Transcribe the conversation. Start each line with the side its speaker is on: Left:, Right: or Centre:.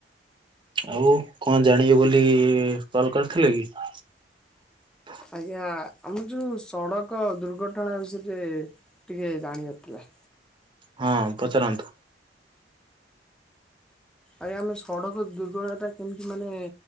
Right: ଆଉ କଣ ଜାଣିବୁ ବୋଲି କଲ କରିଥିଲେ କି
Centre: ଆଜ୍ଞା ଆମର ଯେଉ ସଡ଼କ ଦୁର୍ଘଟଣା ବିଷୟରେ ଟିକେ ଜାଣିବାରଥିଲା!
Right: ହଁ ପଚାରନ୍ତୁ।
Centre: ଆଜ୍ଞା ଆମେ ସଡ଼କ ଦୁର୍ଘଟଣା ଟା କେମିତି ମାନେ